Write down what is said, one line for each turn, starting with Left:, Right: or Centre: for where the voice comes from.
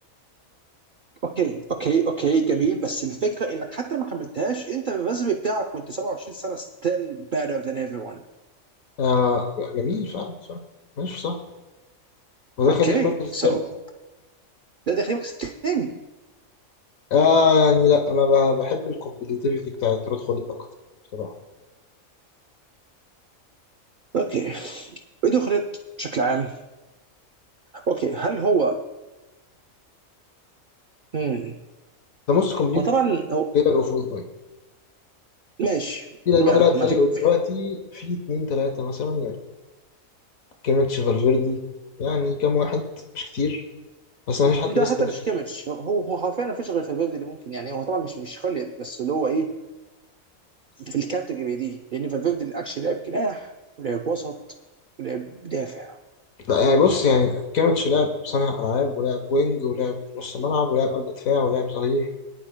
Right: اوكي اوكي اوكي جميل بس الفكره انك حتى لو ما كملتهاش انت الريزمي بتاعك وانت 27 سنه still better than everyone
Left: آه جميل فعلا فعلا ماشي صح وده
Right: اوكي
Left: خليه في المركز التالت
Right: سو so, ده داخل المركز الثاني
Left: آه يعني لا انا ب- بحب الكومبليتيفيتي بتاعت رود خوليت اكتر بصراحه
Right: اوكي ايه دخلت بشكل عام اوكي هل هو مم.
Left: ده موست كومبليت
Right: هو طبعا هو
Left: بلاير اوف اول تايم
Right: ماشي
Left: في
Right: ما
Left: لعيبه طلعت زيه
Right: ما في
Left: دلوقتي
Right: في-
Left: في اتنين تلاته مثلا يعني كيميتش فالفيردي يعني كام واحد مش كتير بس ما فيش حد
Right: ده
Left: لسه
Right: حتى
Left: وصل
Right: مش كيميتش هو هو حرفيا ما فيش غير فالفيردي اللي ممكن يعني هو طبعا مش مش خليت بس اللي هو ايه في الكاتيجوري دي لان فالفيردي اللي اكشلي لعب جناح ولعب وسط ولعب دافع
Left: لا يعني بص يعني كيميتش لعب صانع ألعاب ولعب وينج ولعب نص ملعب ولعب قلب دفاع ولعب ظهير